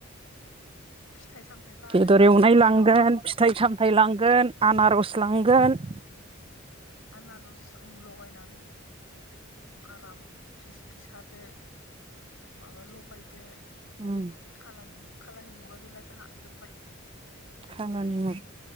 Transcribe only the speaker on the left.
फिथाइ सामथाइबो लादेरनांगौमोन
एसे
लगायनाय
आनारस लगायनानै आराम फिस फियास हादो माबा लगायदो
खाला निमुग खाला निमुगा गैला जोंहा जोबबाय।